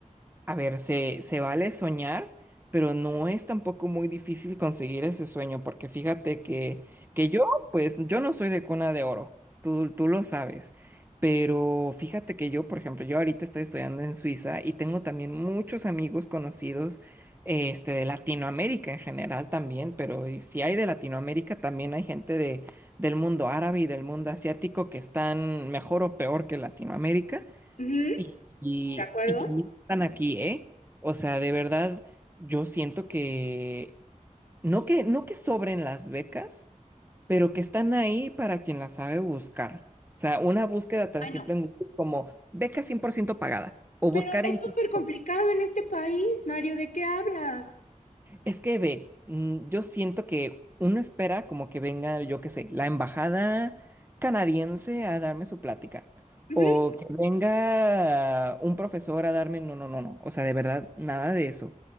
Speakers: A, on the right (about 15°); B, on the left (about 80°).
A: A ver, se, se vale soñar, pero no es tampoco muy difícil conseguir ese sueño, porque fíjate que, que yo, pues, yo no soy de cuna de oro, tú, tú lo sabes, pero fíjate que yo, por ejemplo, yo ahorita estoy estudiando en Suiza y tengo también muchos amigos conocidos, este, de Latinoamérica en general también, pero y si hay de Latinoamérica, también hay gente de, del mundo árabe y del mundo asiático que están mejor o peor que Latinoamérica.
B: Ujú,
A: Y, y,
B: ¿De acuerdo?
A: y también están aquí, ¿eh? O sea, de verdad, yo siento que no que no que sobren las becas, pero que están ahí para quien las sabe buscar. O sea, una búsqueda tan
B: Ay,
A: simple
B: no.
A: en Google como beca 100% pagada o
B: Pero
A: buscar
B: es
A: en
B: súper
A: TikTok
B: complicado en este país, Mario, ¿de qué hablas?
A: Es que ve, mm, yo siento que uno espera como que venga, yo qué sé, la embajada canadiense a darme su plática.
B: Ujú.
A: O que venga un profesor a darme, no, no, no, no. O sea, de verdad, nada de eso.